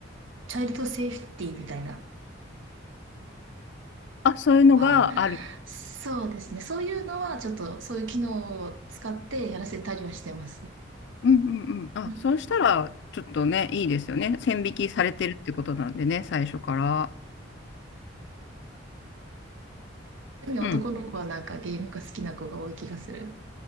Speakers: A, on the right; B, on the left.
A: チャイルドセーフティーみたいな、
B: あ、そういうのがある。
A: あそうですね。そういうのは、ちょっと、そういう機能を使ってやらせたりはしてます。
B: うんうんうん。あ、
A: うん
B: そうしたらちょっとね、いいですよね。線引きされてるってことなんでね、最初から。
A: 特に男の子はなんかゲームが好きな子が多い気がする。
B: うん。